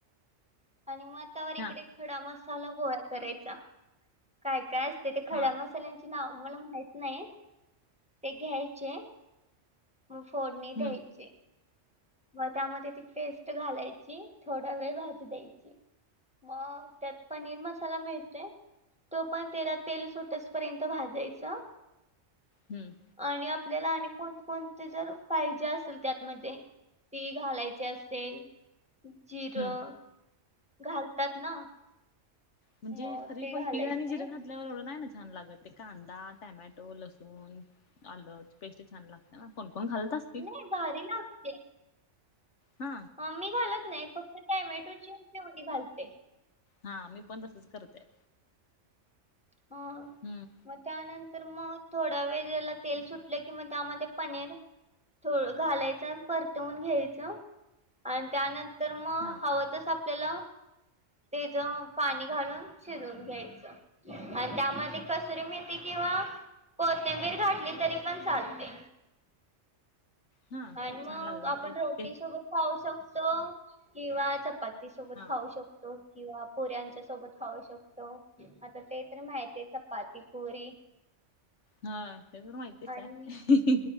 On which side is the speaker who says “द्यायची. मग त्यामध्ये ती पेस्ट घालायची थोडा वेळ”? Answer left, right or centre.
Centre